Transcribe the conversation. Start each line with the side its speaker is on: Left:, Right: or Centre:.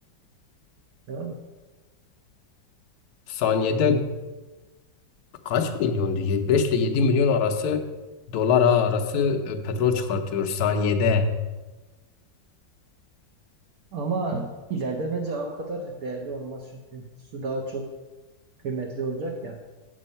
Right: Ya,
Left: Saniyede Kaç milyon diye 5 ile 7 milyon arası dolar ha, arası e, petrol çıkartıyor saniyede.
Right: ama ileride bence o kadar değerli olmaz çünkü su daha çok kıymetli olacak ya.